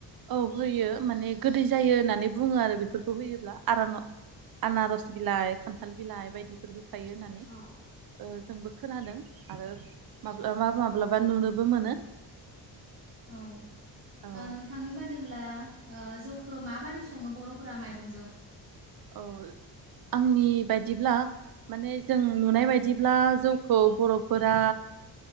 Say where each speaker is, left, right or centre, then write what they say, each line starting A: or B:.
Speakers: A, on the right; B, on the right.
A: औ होयो माने गोदै जायो होननानै बुङो आरो बेफोरखौ होयोब्ला आरान आनारस बिलाइ खान्थाल बिलाइ बायदिफोरखौ थायो होननानै
B: औ
A: जोंबो खोनादों आरो माब्लाबा माब्लाबा नुनोबो मोनो।
B: औ
A: औ
B: नोंथांनि बादिब्ला जौखो माबादि सङो बर'फोरा माइरंजों
A: औ आंनि बायदिब्ला माने जों नुनाय बायदिब्ला जौखौ बर'फोरा